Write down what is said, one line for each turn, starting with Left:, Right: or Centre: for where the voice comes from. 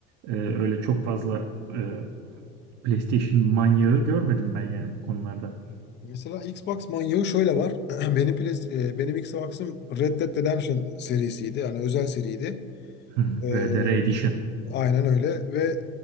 Right: e, öyle çok fazla e, PlayStation manyağı görmedim ben yani bu konularda.
Left: Mesela Xbox manyağı şöyle var. <clears throat> Benim Play- e, benim Xbox'ım Red Dead Redemption serisiydi. Yani özel seriydi.
Right: Hmm,
Left: E,
Right: RDR Edition.
Left: Aynen öyle ve